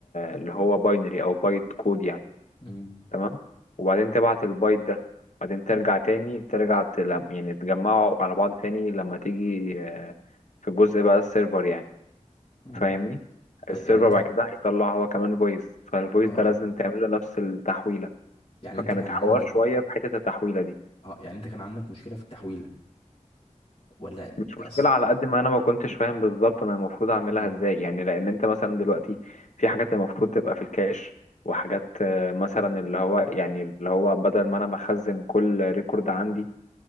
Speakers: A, on the left; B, on the left.
A: اللي هو باينري او بايت كود يعني
B: مم.
A: تمام وبعدين تبعت البايت ده بعدين ترجع تاني ترجع تلم يعني تجمعه على بعض تاني لما تيجي آه، في جزء بقى السيرفر يعني
B: ايوه
A: فاهمني
B: أي-
A: السيرفر
B: يعني انت
A: بعد كده هيطلع هو كمان فويس فالفويس
B: اه
A: ده لازم تعمل له نفس التحويلة
B: يعني
A: فكانت
B: انت كان
A: حوار
B: عندك
A: شوية في حتة التحويلة دي
B: اه يعني انت كان عندك مشكلة في التحويلة ولا
A: مش
B: اصل
A: مشكلة على قد ما أنا ما كنتش فاهم بالظبط أنا المفروض أعملها
B: امم
A: إزاي يعني لأن أنت مثلا دلوقتي في حاجات المفروض تبقى في الكاش وحاجات آه، مثلا اللي هو يعني اللي هو بدل ما أنا بخزن كل ريكورد عندي